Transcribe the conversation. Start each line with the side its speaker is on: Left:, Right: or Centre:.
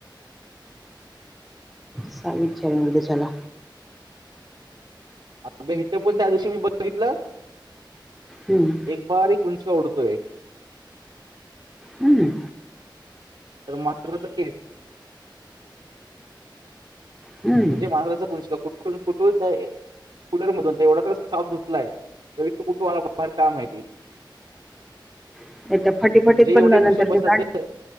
Centre: सा इचछध्ये चला.
Right: अ इथं पण त्या दिवशी मी बघितलं.
Centre: हम्म.
Right: एक बारी कुंचका उडतोय.
Centre: हम्.
Right: तर मात्रचा केस.
Centre: हम्म
Right: म्हणजे मांद्रचा कंच कुठून कुठून कुलर मधून तर एवढा तर साफ धुतलाय तरी तू कुठुमला बाहेर काय माहिती
Centre: नाही त्या फटीफटीत
Right: म्हणजे
Centre: पण
Right: एवढे घुसून
Centre: नंतर
Right: बसतात
Centre: मी
Right: ग